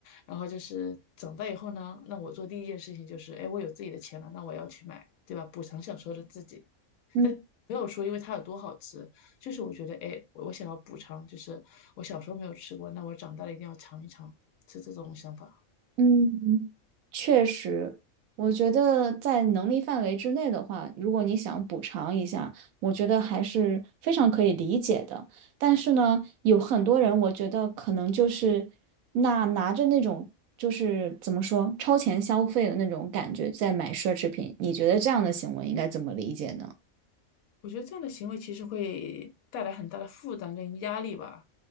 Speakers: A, on the left; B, on the right.
A: 然后就是长大以后呢，那我做第一件事情就是，哎，我有自己的钱了，那我要去买，对吧？补偿小时候的自己。
B: 嗯
A: 但没有说因为它有多好吃，就是我觉得，哎，我我想要补偿，就是我小时候没有吃过，那我长大了一定要尝一尝，是这种想法。
B: 嗯，确实，我觉得在能力范围之内的话，如果你想补偿一下，我觉得还是非常可以理解的。但是呢，有很多人，我觉得可能就是那拿着那种就是怎么说超前消费的那种感觉在买奢侈品，你觉得这样的行为应该怎么理解呢？
A: 我觉得这样的行为其实会带来很大的负担跟压力吧，